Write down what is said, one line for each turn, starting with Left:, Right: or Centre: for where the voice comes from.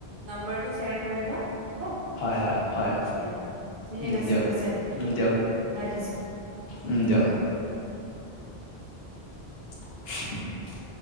Right: নাম্বাৰটো শ্বেয়াৰ কৰিবা হ'ব
Left: হয় হয় হয়
Right: দিয়া ঠিক
Left: উম
Right: আছে
Left: দিয়ক
Right: পিছে
Left: উম দিয়ক
Right: ৰাখিছো
Left: উম দিয়ক <inaudible>